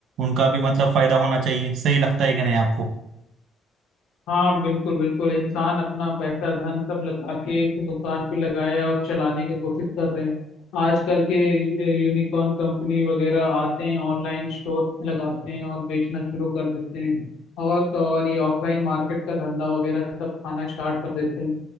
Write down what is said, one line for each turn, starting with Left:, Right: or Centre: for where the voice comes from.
Right: उनका भी मतलब फायदा होना चाहिए सही लगता है कि नहीं आपको
Left: हाँ बिल्कुल बिल्कुल इंसान अपना पैसा धन सब लगा के एक दुकान पे लगाया और चलाने की कोशिश कर रहे हैं आजकल के यूनिकॉर्न कंपनी वगैरह आते हैं ऑनलाइन स्टोर लगाते हैं और बेचना शुरू कर देते हैं और तो और ये ऑफलाइन मार्केट का धंधा वगैरह सब खाना स्टार्ट कर देते हैं